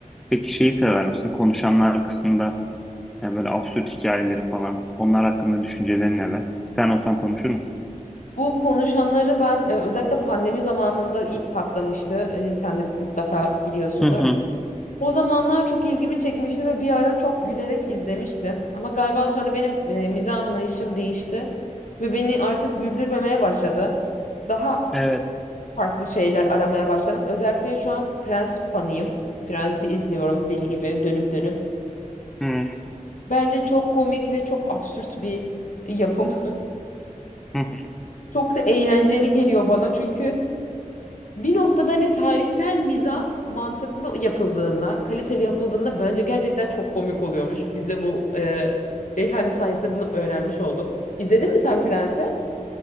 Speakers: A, in the centre; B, on the left.
A: Peki şeyi sever misin? Konuşanlar kısmında yani böyle absürt hikayeleri falan. Onlar hakkında düşüncelerin neler? Sen olsan konuşur musun?
B: Bu konuşanları ben e, özellikle pandemi zamanında ilk patlamıştı. E, sen de mutlaka biliyorsundur.
A: Hı hı.
B: O zamanlar çok ilgimi çekmişti ve bir ara çok gülerek izlemiştim. Ama galiba sonra benim e, mizah anlayışım değişti ve beni artık güldürmemeye başladı. Daha
A: Evet.
B: farklı şeyler aramaya başladım. Özellikle şu an Prens fanıyım. Prens'i izliyorum deli gibi dönüp dönüp.
A: Hı
B: Bence çok komik ve çok absürt bir yapım. <laughs>
A: hı hı.
B: Çok da eğlenceli geliyor bana çünkü Bir noktada hani tarihsel mizah mantıklı yapıldığında, kaliteli yapıldığında bence gerçekten çok komik oluyormuş. Biz de bu e, beyefendi sayesinde bunu öğrenmiş olduk. İzledin mi sen Prens'i?